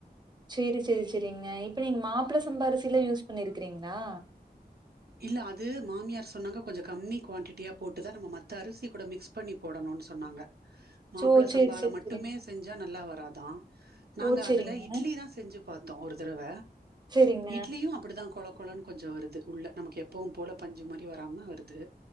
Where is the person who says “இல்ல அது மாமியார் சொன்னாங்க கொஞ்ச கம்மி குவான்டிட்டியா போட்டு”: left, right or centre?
Right